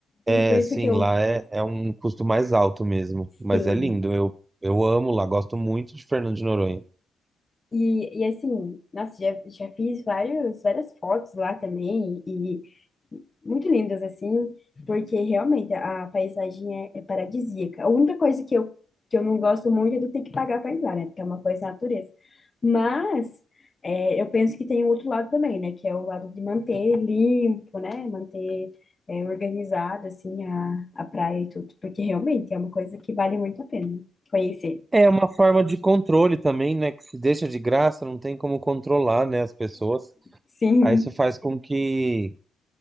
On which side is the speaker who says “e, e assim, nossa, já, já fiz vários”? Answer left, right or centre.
Left